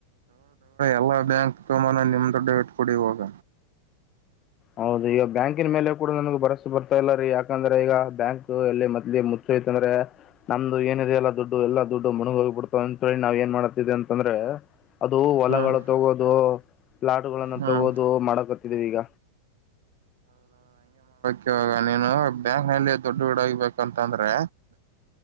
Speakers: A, on the right; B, on the left.
A: ಎಲ್ಲ ಬ್ಯಾಂಕ್ ತೋಮಾನ ನಿಮ್ದು ಡೆಬಿಟ್ ಕೊಡಿ ಹಾಗ.
B: ಹೌದು ಈಗ ಬ್ಯಾಂಕಿನ ಮೇಲೆ ಕೂಡ ನಮಗೆ ಭರವಸೆ ಬರ್ತಾ ಇಲ್ಲ ರೀ ಯಾಕಂದ್ರೆ ಈಗ ಬ್ಯಾಂಕ್ ಎಲ್ಲಿ ಮದ್ ಮುಚ್ಚಯತಂದ್ರೆ ನಮ್ದು ಏನಿದೆಲ್ಲಾ ದುಡ್ಡು ಎಲ್ಲಾ ದುಡ್ಡು ಮುಣಗ ಹೋಗಿಬಿಡ್ತಾವ ಅಂತೇಳಿ ನಾವ್ ಏನ್ ಮಾಡತವಿ ಅಂತಂದ್ರೆ ಅದು ಹೊಲಗಳು
A: ಹ್ಮ್
B: ತಗೋದು ಪ್ಲಾಟ್ ಗಳನ್ನು
A: ಹ್ಮ್
B: ತಗೋದು ಮಾಡಕತ್ತಿದೀವಿ ಈಗ.
A: ಕವಾಗ ನೀನು ಬ್ಯಾಂಕ್ ನಲ್ಲಿ ದೊಡ್ಡು ವಡಗಬೇಕಂತಂದ್ರೆ